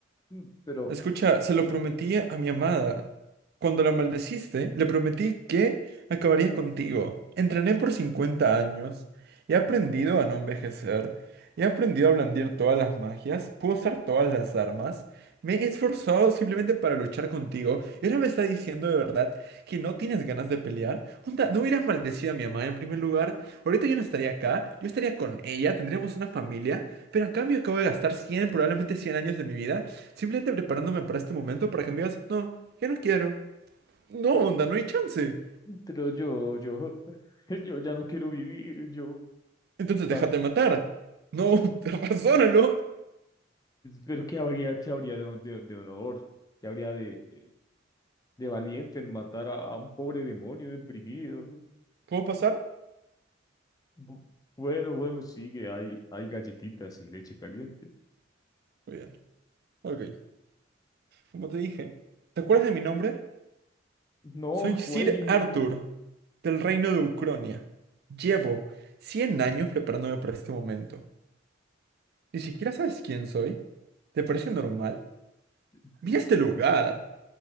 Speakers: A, on the left; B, on the right.
A: Mm, Pero,
B: Escucha, se lo prometí a mi amada. Cuando la maldeciste, le prometí que acabaría contigo. Entrené por 50 años. He aprendido a no envejecer. He aprendido a blandir todas las magias. Puedo usar todas las armas. Me he esforzado simplemente para luchar contigo. ¿Y ahora me está diciendo de verdad que no tienes ganas de pelear? Onda, no hubieras maldecido a mi amada en primer lugar. Ahorita yo no estaría acá. Yo estaría con ella. Tendríamos una familia. Pero a cambio acabo de gastar 100, probablemente 100 años de mi vida Simplemente preparándome para este momento para que me digas, no, ya no quiero. No, onda, no hay chance.
A: pero yo, yo, <laughs> yo ya no quiero vivir. Yo,
B: Entonces
A: tan,
B: déjate matar. No, <laughs> razónalo.
A: pero ¿qué habría, qué habría de, de, de honor? ¿Qué habría de, de, de valiente en matar a, a un pobre demonio deprimido?
B: ¿Puedo pasar?
A: Bu- Bueno, bueno, sigue, hay, hay galletitas y leche caliente.
B: Muy bien. Ok. Como te dije, ¿te acuerdas de mi nombre?
A: No,
B: Soy
A: güey,
B: Sir Arthur, del reino de Ucronia. Llevo 100 años preparándome para este momento. Ni siquiera sabes quién soy. ¿Te parece normal?
A: <laughs>
B: Mira este lugar.